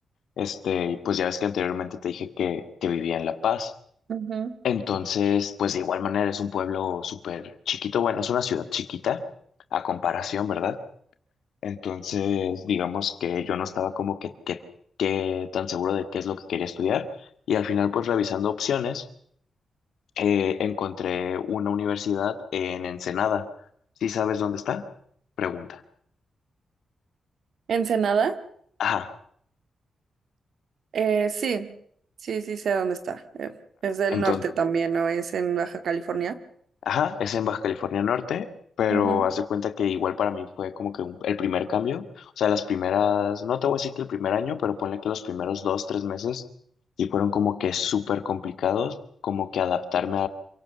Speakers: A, on the left; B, on the right.
A: Este, pues ya ves que anteriormente te dije que, que vivía en La Paz.
B: Ujú.
A: Entonces, pues de igual manera es un pueblo súper chiquito, bueno, es una ciudad chiquita a comparación, ¿verdad? Entonces, digamos que yo no estaba como que, que, que tan seguro de qué es lo que quería estudiar y al final pues revisando opciones eh, encontré una universidad en Ensenada. ¿Sí sabes dónde está? Pregunta.
B: ¿Ensenada?
A: Ajá,
B: Eh, sí, sí, sí sé dónde está. Eh, es del
A: entonces,
B: norte también, ¿no? Es en Baja California.
A: ajá, es en Baja California Norte, pero
B: Ujú,
A: haz de cuenta que igual para mí fue como que un- el primer cambio, o sea, las primeras, no te voy a decir que el primer año, pero ponle que los primeros dos, tres meses sí fueron como que súper complicados, como que adaptarme